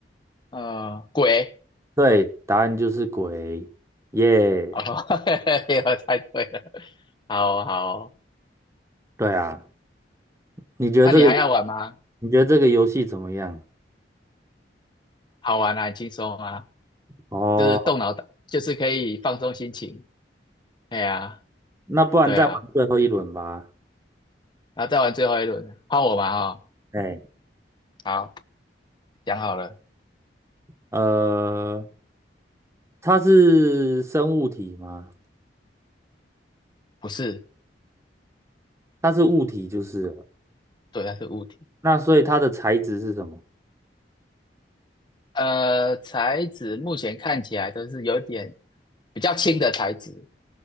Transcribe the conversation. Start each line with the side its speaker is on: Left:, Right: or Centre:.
Left: 呃，鬼
Right: 对，答案就是鬼，耶、
Left: 哦，<laughs> 嘿我猜对了，好哦好哦，
Right: 对啊。你觉得这个
Left: 那你还要玩吗？
Right: 你觉得这个游戏怎么样？
Left: 好玩啊，很轻松啊，
Right: 哦，
Left: 就是动脑的，就是可以放松心情。哎呀，
Right: 那不然再玩最后一轮吧。
Left: 对啊，然后再玩最后一轮，换我嘛哈、
Right: 哎，
Left: 好，讲好了，
Right: 呃，它是生物体吗？
Left: 不是，
Right: 它是物体就是了。
Left: 对，它是物体。
Right: 那所以它的材质是什么？
Left: 呃，材质目前看起来都是有点比较轻的材质，